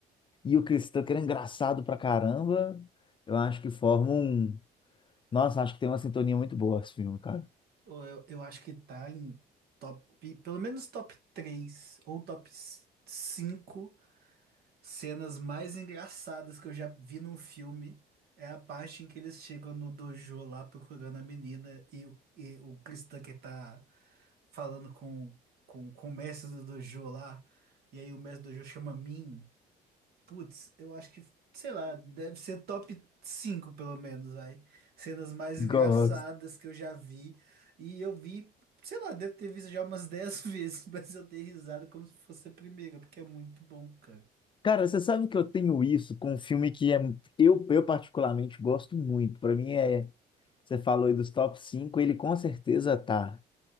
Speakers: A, on the left (about 30°); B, on the right (about 65°).
A: e o Chris Tucker é engraçado pra caramba. Eu acho que forma um. Nossa, acho que tem uma sintonia muito boa esse filme, cara.
B: Ou Eu, eu acho que tá em top, pelo menos top 3 ou top 5 Cenas mais engraçadas que eu já vi num filme é a parte em que eles chegam no dojo lá procurando a menina e o, e o Cristã que tá falando com, com, com o mestre do dojo lá, e aí o mestre do dojo chama Min. Putz, eu acho que, sei lá, deve ser top 5 pelo menos aí. Cenas mais
A: Gosto.
B: engraçadas que eu já vi. E eu vi, sei lá, devo ter visto já umas 10 vezes, <laughs> mas eu dei risada como se fosse a primeira, porque é muito bom, cara.
A: Cara, você sabe que eu tenho isso com um filme que é, eu, eu particularmente gosto muito. Pra mim é. Você falou aí dos top 5, ele com certeza tá.